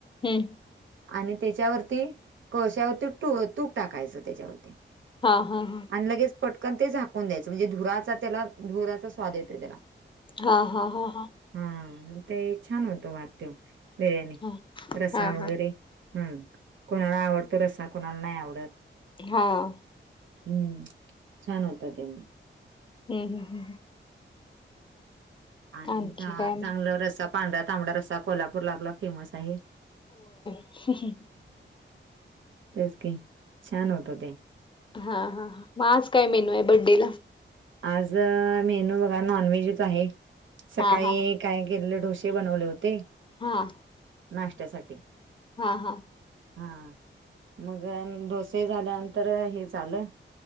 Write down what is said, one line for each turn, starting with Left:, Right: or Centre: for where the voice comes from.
Left: हम्मं
Right: आणि त्यांच्या वरती कोळशांवरती तूंप टाकायचं त्यांच्या वरती
Left: हां हां हां
Right: आणि लगेच ते पटकन ते झाकून द्यायचं म्हणजे धुराचा त्यांला धुराचां स्वाद येतो त्यालां
Left: हां हां हां हां
Right: हां ते छान होतो ते वाद्य बिर्याणी
Left: हां,
Right: रसा
Left: हां, हां,
Right: वगैरें
Left: हां,
Right: हम्मं कोणालां आवंडतो रस्सा कोणालां नाहीं आवडतं
Left: हां
Right: हम्मं छान होत ते
Left: हम्मं हम्मं हम्मं
Right: आणत्या
Left: आणखी काय मग?
Right: चांगल्यावर असा पांढरा तांबडा रस्सा कोल्हापूंरला आपलां फेमस आहे
Left: हंम हंम
Right: जसं की छान होतं ते
Left: हां हां मंग आज कायं मेन्यू आहे बड्डे लां
Right: आज मेनू बघा नॉनव्हेजचं आहे सकाळीं
Left: हां, हां,
Right: कायं केले ढोसे बनवले होतें
Left: हां
Right: नाश्त्यांसाठी
Left: हां हां
Right: हां मंग डोसे झाल्यानंतर हे झालं